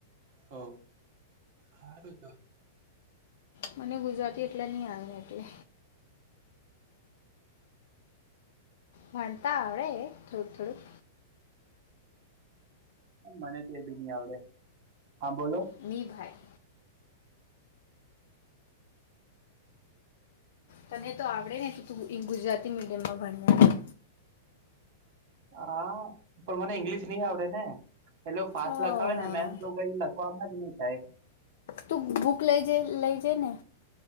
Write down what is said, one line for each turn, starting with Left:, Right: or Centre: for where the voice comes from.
Right: હ હાર તો
Left: મને ગુજરાતી એટલે નહ આવે એટલે ભણતા આવડે થોડુંક થોડુંક
Right: મને તો એ બી નહી આવડે હા બોલો
Left: નિની ભાઈ તને તો આવડે ને તું ગુજરાતી મીડિયમમાં ભણને
Right: હા પણ મને ઈંગ્લિશ નહી આવડે ને એટલે ફાસ્ટ
Left: ઓ
Right: લખાવે ને
Left: હા
Right: મેન તો કઈ લખવામાં જ નહી થાય
Left: તું બુક લઈ જ લઈ જે ને